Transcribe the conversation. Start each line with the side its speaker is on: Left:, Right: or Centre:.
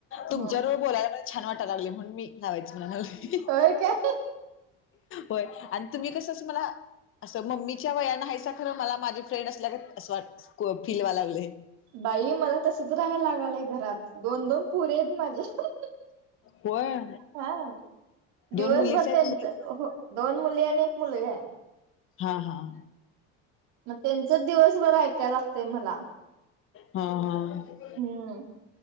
Right: हम्म
Left: तुमच्या बरोबर बोलायला छान वाटायला लागली म्हणून मी लावायच म्हणाले.
Right: होय काय?
Left: होय आणि तुम्ही कसं मला असं मम्मीच्या वयान हायसा. खरं मला माझी फ्रेंड असल्यागत असं वाट फील व्हायला लागलय.
Right: बाई मला तसच राहायला लागालय घरात दोन दोन पुरी आहेत माझ्या.
Left: होय
Right: हा दिवसभर
Left: दोन मुलीच आहेत
Right: त्यांचं हो दोन मुली आणि एक मुलगा आहे.
Left: हा. हा.
Right: मग त्यांचच दिवसभर ऐकाय लागतय मला.
Left: हां हां.
Right: हम्म